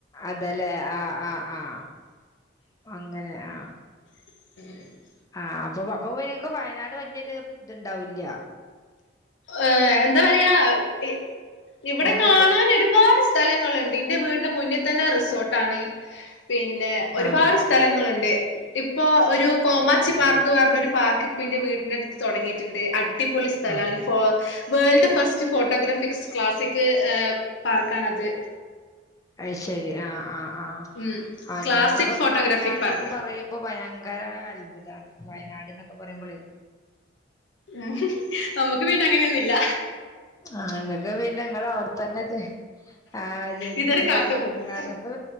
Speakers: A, on the left (about 15°); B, on the left (about 65°).
A: അതലേ. ആഹ് ആഹ് ആഹ് അങ്ങനെ ആഹ്
B: <inaudible>
A: ആഹ് അപ്പൊ പപ്പൊ പിന്നെങ്ങക്ക് വയനാട് വല്ല്യോര് ഇത്ണ്ടാവൂല്ല്യ.
B: ഏഹ് എന്താ പറയാ ഇ ഇവിടെ
A: ഞങ്ങക്ക്
B: കാണാനൊരു രുപാട് സ്ഥലങ്ങള്ണ്ട്. ഇന്റെ വീട്ന്റെ മുന്ന്ത്തെന്നെ റിസോട്ടാണ്. പിന്നെ ഒരുപാട്
A: ആഹ്
B: സ്ഥലങ്ങള്ണ്ട്. ഇപ്പൊ ഒരു കോമാച്ചി പാർക്ക് പറഞ്ഞൊരു പാർക്ക് ഇപ്പന്റെ വീടിന്റെട്ത്ത് തൊടങ്ങീട്ട്ണ്ട്. അടിപൊളി സ്- സ്ഥലാണ്.
A: ആ
B: ഫോ വേൾഡ് ഫസ്റ്റ് ഫോട്ടോഗ്രാഫിക്സ് ക്ലാസിക് ഏ പാർക്കാണത്.
A: അയ് ശെരി ആഹ് ആഹ് ആഹ്..
B: ഉം
A: ആ
B: ക്ലാസിക്
A: ഞങ്ങക്കൊക്കെ
B: ഫോട്ടോഗ്രാഫിക്
A: വയനാട്ന്ന്
B: പാർക്ക്
A: പറയു ബൊ ഭയങ്കര അത്ഭുതാണ് വയനാട്ന്നൊക്കെ പറയുംബളേ.
B: ആഹ് നമ്മക്ക് പിന്നെ അങ്ങനെന്നും ഇല്ല..
A: ആഹ് ഇങ്ങക്ക് പിന്നെ ഇങ്ങളവടത്തന്നെ ജെ ആഹ് ജനിച്ചു
B: ഇതൊരു കാട്ടുമുക്ക്
A: വളർന്ന കാരത്ത്